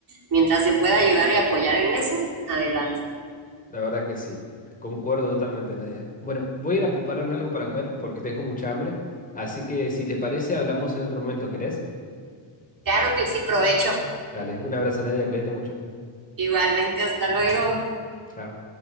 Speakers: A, on the right; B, on the left.
A: Mientras se pueda ayudar y apoyar en eso, adelante.
B: La verdad que sí, concuerdo totalmente, Nadia. Bueno, voy a ir a prepararme algo para comer porque tengo mucha hambre, así que si te parece, hablamos en otro momento, ¿querés?
A: Claro que sí, provecho.
B: Dale, un abrazo, Nadia, cuídate mucho.
A: Igualmente, hasta luego.
B: Chao.